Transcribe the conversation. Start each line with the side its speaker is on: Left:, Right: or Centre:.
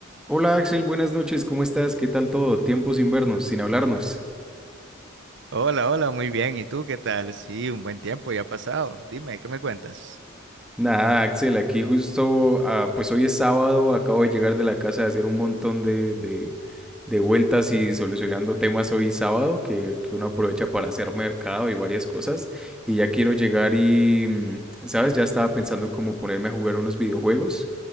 Centre: Hola Axel, buenas noches, ¿cómo estás? ¿Qué tal todo? Tiempo sin vernos, sin hablarnos.
Right: Hola, hola, muy bien. ¿Y tú qué tal? Sí, un buen tiempo ya ha pasado. Dime, ¿qué me cuentas?
Centre: Nada, Axel, aquí justo, ah, pues hoy es sábado, acabo de llegar de la casa de hacer un montón de, de- de vueltas y solucionando temas hoy sábado, que, que uno aprovecha para hacer mercado y varias cosas. Y ya quiero llegar y, mm, ¿sabes? Ya estaba pensando como ponerme a jugar unos videojuegos.